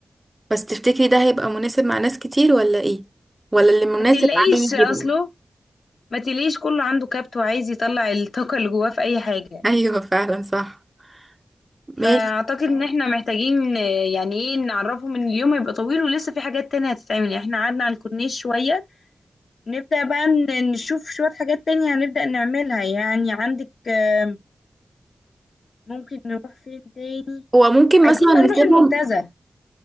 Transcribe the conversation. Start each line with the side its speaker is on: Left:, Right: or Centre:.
Right: بس تفتكري ده هيبقى مناسب مع ناس كتير ولا ايه ولا اللي مناسب
Left: ما تقلقيش
Right: معاه يجي
Left: اصله
Right: بقى
Left: ما تقلقيش كله عنده كبت وعايز يطلع الطاقة اللي جواه في اي حاجة
Right: <laughs> ايوه فعلا صح
Left: فاعتقد
Right: ماشي
Left: ان احنا محتاجين آه، يعني ايه نعرفهم ان اليوم هيبقى طويل ولسه في حاجات تانية هتتعمل يعني احنا قعدنا على الكورنيش شوية نبدأ بقى ن- نشوف شوية حاجات تانية هنبدأ نعملها يعني عندك آه، ممكن نروح فين تاني
Right: هو ممكن
Left: عايزين
Right: مثلا
Left: بقى
Right: نسيبهم
Left: نروح المنتزه